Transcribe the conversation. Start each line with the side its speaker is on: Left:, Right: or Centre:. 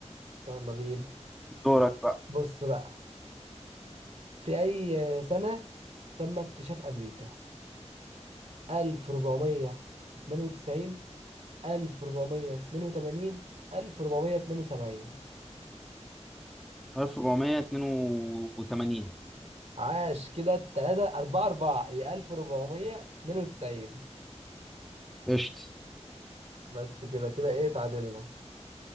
Right: يلا بينا
Centre: دورك بقى
Right: بص بقى في اي سنة تم اكتشاف امريكا 1492 1482 1472
Centre: 1482
Right: عاش كده التلاتة أربعة أربعة هي 1492
Centre: قشط
Right: بس كده كده إيه تعادلنا